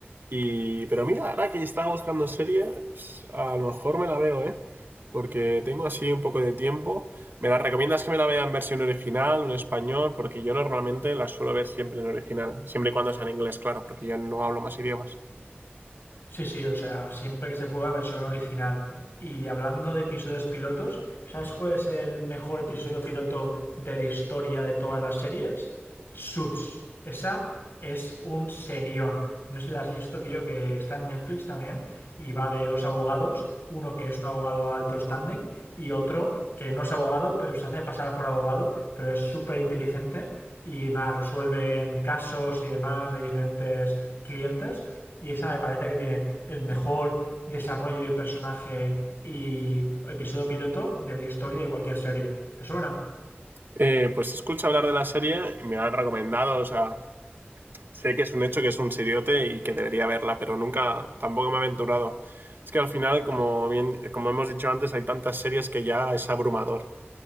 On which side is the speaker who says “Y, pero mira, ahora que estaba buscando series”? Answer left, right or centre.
Right